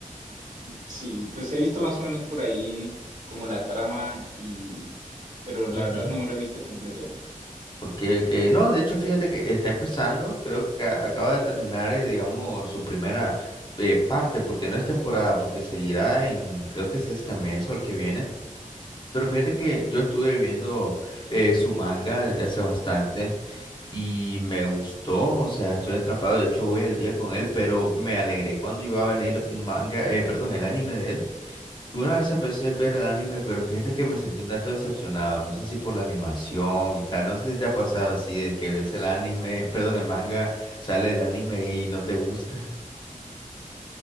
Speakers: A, on the right; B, on the left.
A: Sí, pues he visto más o menos por ahí como la trama y, pero la
B: Ujú.
A: verdad no me lo he visto completo.
B: Okay, que No, de hecho, fíjate que está empezando, creo que ca- acaba de terminar, eh, digamos, su primera eh, parte, porque no es temporada, porque seguirá en, creo que es este mes o el que viene. Pero fíjate que yo estuve viendo eh, su manga desde hace bastante y me gustó, o sea, estoy atrapado, de hecho voy al día con él, pero me alegré cuando iba a venir un manga, eh, perdón, el anime de él. Y Una vez empecé a ver el anime, pero fíjate que me sentí un tanto decepcionado, no sé si por la animación y tal, no sé si te ha pasado así de que ves el anime, perdón, el manga, sale el anime y no te gusta.